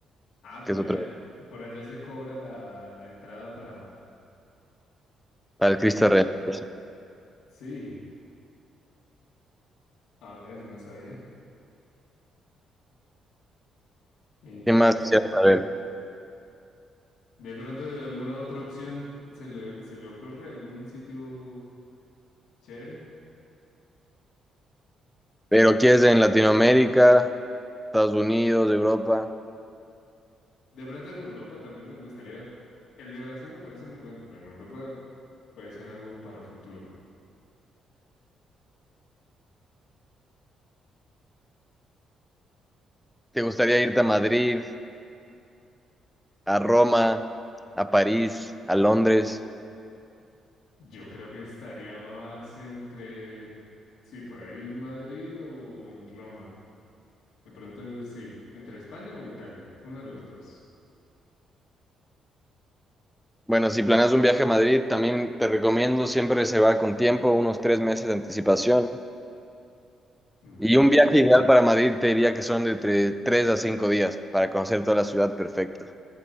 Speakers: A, on the left; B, in the centre.
A: Ah, por
B: que es
A: allá,
B: otro,
A: por allá se cobra la, la entrada para,
B: para el
A: para...
B: Cristo Redentor.
A: Sí. A ver, yo no sabía. Eh, Interesante.
B: ¿Qué más quisieras saber?
A: De pronto, alguna otra opción se le, se le ocurre algún sitio chévere.
B: Pero quieres en Latinoamérica, Estados Unidos, Europa,
A: De pronto en Europa también me gustaría. El de Brasil me parece muy bueno, pero en Europa puede ser algo para futuro.
B: ¿te gustaría irte a Madrid? a Roma, a París, a Londres.
A: Yo creo que estaría más entre, sí, por ahí Madrid o en Roma. De pronto, sí, entre España o Italia, uno de los dos.
B: Bueno, si planeas un viaje a Madrid, también te recomiendo siempre reservar con tiempo, unos tres meses de anticipación.
A: Ok,
B: Y un viaje ideal para Madrid te diría que son de entre tres a cinco días para conocer toda la ciudad perfecta.